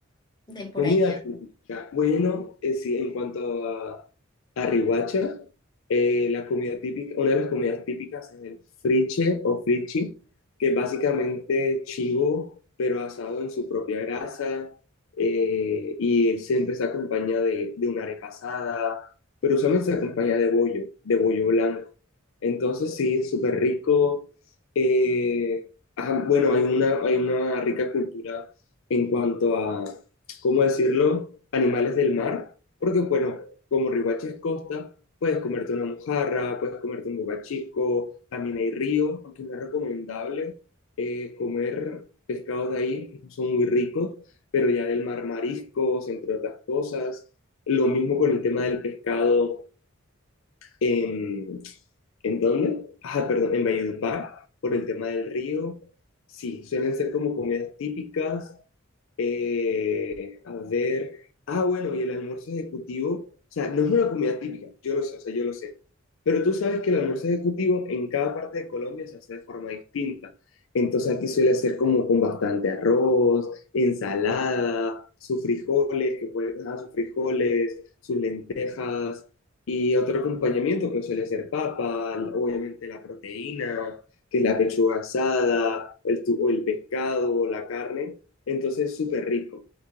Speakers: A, on the left (about 20°); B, on the left (about 70°).
A: de por
B: Comida
A: allá.
B: típica. Bueno, eh, sí, en cuanto a, a Riohacha, eh, la comida típica, una de las comidas típicas es el friche o frichi, que es básicamente chivo, pero asado en su propia grasa, eh, y siempre se acompaña de, de una arepa asada, pero usualmente se acompaña de bollo, de bollo blanco. Entonces sí, es súper rico. Eh, ajá, bueno, hay una, hay una rica cultura en cuanto a, ¿cómo decirlo?, animales del mar, porque bueno, como Riohacha es costa, puedes comerte una mojarra, puedes comerte un bocachico, también hay río, aunque no es recomendable eh, comer pescados de ahí, no son muy ricos, pero ya del mar mariscos, entre otras cosas. Lo mismo con el tema del pescado ¿En, ¿en dónde? Ajá, perdón, en Valledupar, por el tema del río. Sí, suelen ser como comidas típicas. Eh, a ver, ah, bueno, y el almuerzo ejecutivo, o sea, no es una comida típica, yo lo sé, o sea, yo lo sé, pero tú sabes que el almuerzo ejecutivo en cada parte de Colombia se hace de forma distinta. Entonces aquí suele ser como con bastante arroz, ensalada, sus frijoles, que pueden dejar sus frijoles, sus lentejas, y otro acompañamiento que suele ser papa, obviamente la proteína, que es la pechuga asada, el, tu- o el pescado, o la carne. Entonces, es súper rico.